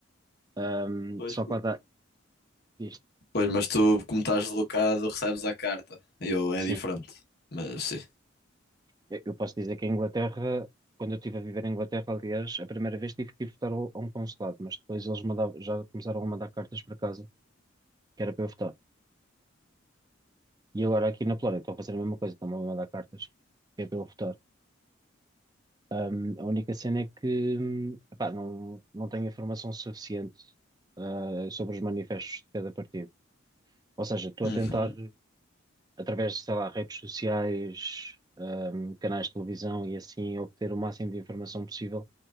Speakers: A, on the right; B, on the left.
A: Ahm,
B: Pois,
A: só
B: por-
A: para dar isto,
B: Pois, mas tu, como estás deslocado, recebes a carta. Eu, é
A: sim,
B: diferente. Mas sim.
A: eu eu posso dizer que a Inglaterra, quando eu estive a viver em Inglaterra, aliás, a primeira vez tive que ir votar ao- a um consulado, mas depois eles mandavam- já começaram a mandar cartas para casa, que era para eu votar. E agora aqui na Polónia estão a fazer a mesma coisa, estão a mandar cartas, que é para eu votar. Ahm, a única cena é que, hum, epá, não, não tenho informação suficiente, ah, sobre os manifestos de cada partido. Ou seja, estou
B: Uhum,
A: a tentar. através de, sei lá, redes sociais, ahm, canais de televisão e assim, obter o máximo de informação possível